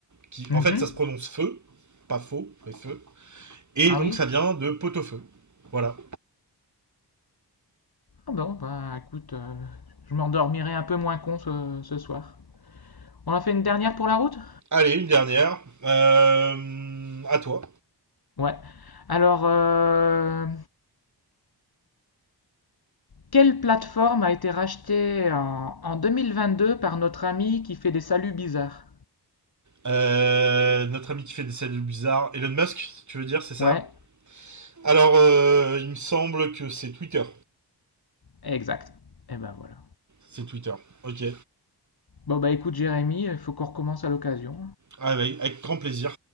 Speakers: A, on the right; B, on the left.
A: qui
B: Mhm.
A: en fait ça se prononce feu, pas faux, mais feu. Et
B: Ah
A: donc
B: oui?
A: ça vient de pot au feu. Voilà.
B: Ah bon, bah écoute, euh, je m'endormirai un peu moins con ce, ce soir. On en fait une dernière pour la route?
A: Allez, une dernière. Euh, à toi.
B: Ouais. Alors, euh, quelle plateforme a été rachetée en, en 2022 par notre ami qui fait des saluts bizarres?
A: Euh, notre ami qui fait des saluts bizarres. Elon Musk, tu veux dire, c'est ça
B: Ouais,
A: Alors, euh, il me semble que c'est Twitter.
B: exact. Et ben voilà.
A: C'est Twitter. Ok.
B: Bon bah écoute Jérémy, il faut qu'on recommence à l'occasion.
A: Ah, Avec, avec grand plaisir.